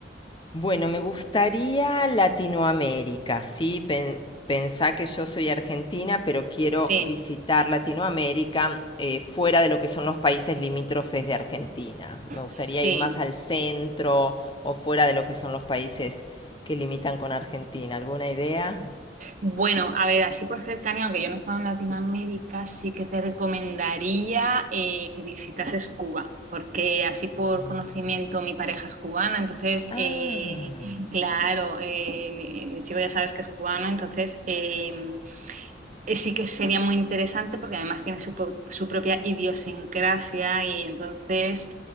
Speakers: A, on the left; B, on the right.
A: Bueno, me gustaría Latinoamérica, ¿sí? Pen- pensá que yo soy argentina, pero quiero
B: Sí,
A: visitar Latinoamérica eh, fuera de lo que son los países limítrofes de Argentina. Me gustaría
B: sí.
A: ir más al centro o fuera de lo que son los países que limitan con Argentina. ¿Alguna idea?
B: Bueno, a ver, así por cercanía, aunque yo no he estado en Latinoamérica, sí que te recomendaría eh, que visitases Cuba, porque así por
A: Mm.
B: conocimiento mi pareja es cubana, entonces,
A: Ah.
B: eh, claro, eh, mi, mi chico ya sabes que es cubano, entonces eh, eh, sí que sería muy interesante porque además tiene su, po- su propia idiosincrasia y entonces